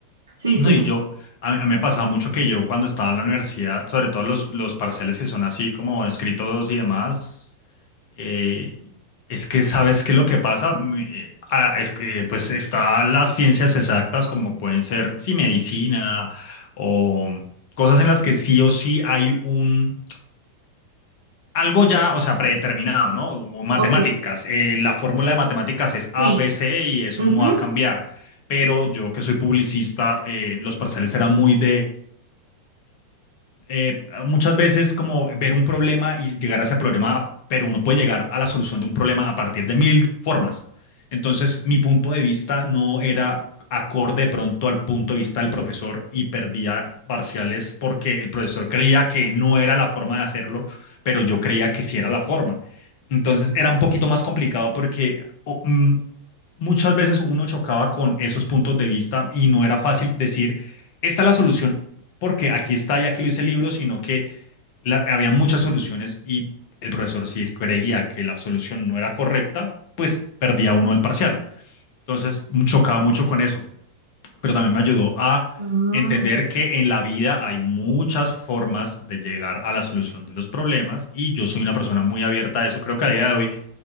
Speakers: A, on the right (about 70°); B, on the left (about 45°).
A: Sí,
B: No,
A: sí,
B: y yo, a mí, a mí me pasaba mucho que yo cuando estaba en la universidad, sobre todo los, los parciales que son así como escritos y demás, Eh, es que sabes qué es lo que pasa, Mm, eh, ah, es que pues está las ciencias exactas como pueden ser sí, medicina o cosas en las que sí o sí hay un algo ya, o sea, predeterminado, ¿no? O matemáticas,
A: ok,
B: eh, la fórmula de matemáticas es ABC
A: sí.
B: y eso
A: ujú.
B: no va a cambiar. Pero yo que soy publicista, eh, los parciales eran muy de eh, muchas veces como ver un problema y llegar a ese problema, pero uno puede llegar a la solución de un problema a partir de mil formas. Entonces, mi punto de vista no era acorde de pronto al punto de vista del profesor y perdía parciales porque el profesor creía que no era la forma de hacerlo, pero yo creía que sí era la forma. Entonces, era un poquito más complicado porque o, mm, muchas veces uno chocaba con esos puntos de vista y no era fácil decir, esta es la solución porque aquí está y aquí lo dice el libro, sino que la- había muchas soluciones y el profesor si creía que la solución no era correcta, pues perdía uno el parcial. Entonces chocaba mucho con eso, pero también me ayudó a
A: Ah,
B: entender que en la vida hay muchas formas de llegar a la solución de los problemas y yo soy una persona muy abierta a eso. Creo que a día de hoy